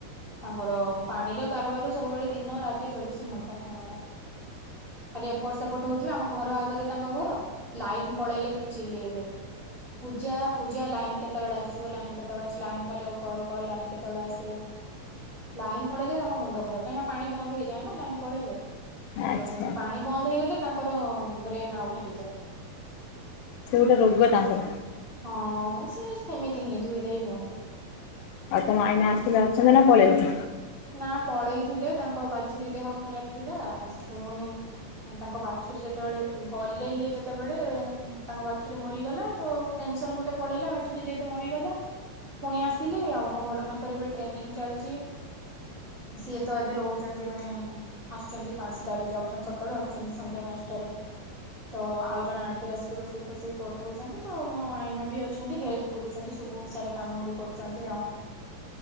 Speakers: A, on the right; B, on the left.
A: ତାଙ୍କର ପାଣିର କାରବାର ସବୁବେଳେ ଦିନ ରାତି ଚବିଶି ଘଣ୍ଟା ତାଙ୍କର ଖାଲି ଏପଟ ସେପଟ ହେଉଥିବେ ଆମ ଘର ଆଗରେ ତାଙ୍କ ଘର ଲାଇନ ପଳେଇଲେ ଖଲି ଚିଲେଇବେ। ପୂଜା ପୂଜା ଲାଇନ କେତେବେଳେ ଆସିବ ଲାଇ କେତେବେଳେ ଆସିବ ଲାଇନ୍ ବାଲା କୁ କଲ କରେ ଲାଇନ୍ କେତେବେଳେ ଆସିବ? ଲାଇନ ପଳେଇଲେ ତାଙ୍କ ମୁଣ୍ଡ ଖରାପ କାହିଁକିନା ପାଣି ବନ୍ଦ ହେଇଯାଏ ନା ଲାଇନ ପଳେଇଲେ।
B: ଆଚ୍ଛା
A: ସେଇ ଲାଗି ପାଣି ବନ୍ଦ ହେଇଗଲେ ତାଙ୍କର ବ୍ରେନ ଆଉଟ ହେଇଯାଏ।
B: ସେଉଟା ରୋଗ ତାଙ୍କର।
A: ହଁ ସେ ସେମିତି ହିଁ ଦୁଇ ଧାଇ ହୁଅନ୍ତୁ।
B: ଆଉ ତ ଆଇନା ଆସିଥିଲା ଅଛନ୍ତୀ ନା ପଳେଇଲେଣି।
A: ନା ପଳେଇଥିଲେ ତାଙ୍କ ବାଛୁରୀ ଦେହ ଖରାପ ଥିଲା ପୁଣି ତାଙ୍କ ବାଛୁରୀ ଯେତେବେଳେ ଗଲେ ଇଏ ଯେତେବେଳେ ତାଙ୍କ ବାଛୁରୀ ମରିଗଲା ତ ଟେନସନ ଗୋଟେ ପଳେଇଲା ବାଛୁରୀ ଯେହେତୁ ମରିଗଲା। ପୁଣି ଆସିଲି ଆଉ ମୋ ବଡ ମାଙ୍କର ଏବେ ଟ୍ରେନିଂ ଚାଲିଛି। ସିଏ ତ ଏବେ ରହୁଛନ୍ତି ମାନେ ଆସୁଛନ୍ତି ପାଞ୍ଚଟାରେ ଯାଉଛନ୍ତି ସକାଳୁ ଆସୁଛନ୍ତି ସନ୍ଧ୍ୟା ପାଞ୍ଚ ତ ଆଉ ଜଣେ ଆଣ୍ଟି ଆସିକି ରୋଷେଇ ଫୋଷେଇ କରିଦଉଛନ୍ତି ତ ମୋ ଆଇମା ବି ଅଛନ୍ତି ହେଲ୍ପ କରୁଛନ୍ତି ସବୁ ସାରା କାମ ବି କରୁଛନ୍ତି ଆଉ।